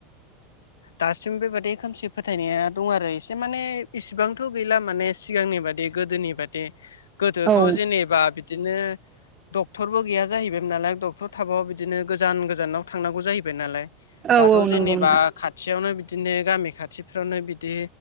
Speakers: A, on the left; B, on the right.
A: दासिम बेबादि खोमसि फोथायनाया दं आरो एसे माने इसिबांथ' गैला माने सिगांनि बादि गोदोनि बादि गोदोथ'
B: औ
A: जेनेबा बिदिनो डक्टरबो गैया जाहैबायमोन नालाय डक्टर थाबो बिदिनो गोजान गोजानाव थांनांगौ जाहैबाय नालाय
B: औ
A: दाथ' जेनेबा
B: नंगौ नोंथां
A: खाथियावनो बिदिनो गामि खाथिफ्रावनो बिदि